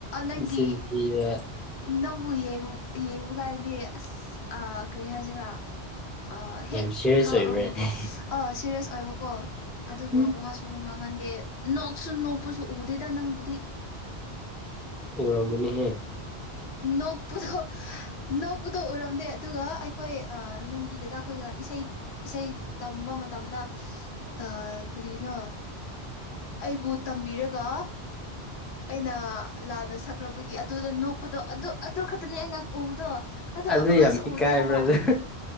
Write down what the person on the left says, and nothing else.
ꯅꯪꯒꯤ
ꯅꯪꯕꯨ ꯌꯦꯡ ꯌꯦꯡꯕ ꯀꯥꯟꯗꯗꯤ ꯑꯁ ꯀꯔꯤ ꯍꯥꯏꯁꯤꯔꯥ ꯑ ꯍꯦꯛ
ꯑ
ꯑ ꯁꯦꯔꯦꯁ ꯑꯣꯏꯕ ꯀꯣ ꯑꯗꯨꯒ
ꯋꯥꯍꯥꯁꯨ ꯉꯥꯡ ꯈꯪꯉꯟꯗꯦ ꯅꯣꯛꯁꯨ ꯅꯣꯛꯄꯁꯨ ꯎꯗꯦꯗ ꯅꯪꯕꯨꯗꯤ
ꯅꯣꯛꯄꯨꯗꯣ ꯅꯣꯛꯄꯨꯗꯣ ꯎꯔꯝꯗꯦ ꯑꯗꯨꯒ ꯑꯩꯈꯣꯏ ꯅꯪꯒꯤꯗꯥꯛ ꯑꯩꯈꯣꯏꯒ ꯏꯁꯩ ꯏꯁꯩ ꯇꯝꯕ ꯇꯝꯅ ꯑ ꯀꯔꯤ ꯅ ꯑꯩꯕꯨ ꯇꯝꯕꯤꯔꯒ ꯑꯩꯅ ꯂꯥꯟꯅ ꯁꯛꯈ꯭ꯔꯕꯒꯤ ꯑꯗꯨꯗ ꯎꯗꯣ ꯑꯗꯨ ꯑꯗꯨ ꯈꯛꯇꯅꯦ ꯑꯩꯅ ꯎꯕꯗꯣ ꯑꯗꯨꯗꯣ
ꯑꯃꯨꯛꯁꯨ
ꯎꯗꯦ ꯍꯥꯏꯕ